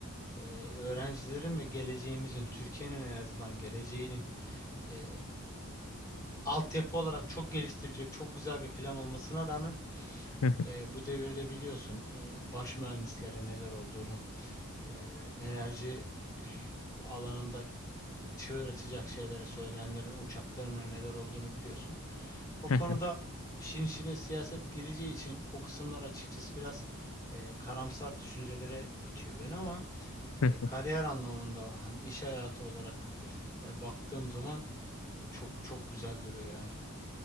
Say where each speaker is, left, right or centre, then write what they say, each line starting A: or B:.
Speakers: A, on the left (about 15°); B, on the left (about 80°).
A: e, öğrencilerin ve geleceğimizin, Türkiye'nin en azından geleceğinin e, altyapı olarak çok geliştirecek, çok güzel bir plan olmasına rağmen
B: hı hı,
A: e, bu devirde biliyorsun e, baş mühendislere neler olduğunu, e, enerji alanında çığır açacak şeyleri söyleyenlerin uçaklarına neler olduğunu biliyorsun. O konuda
B: hı hı,
A: işin içine siyaset gireceği için o kısımlar açıkçası biraz e, karamsar düşüncelere itiyor beni ama e,
B: hı
A: kariyer
B: hı.
A: anlamında hani iş hayatı olarak E, baktığım zaman çok çok güzel duruyor yani.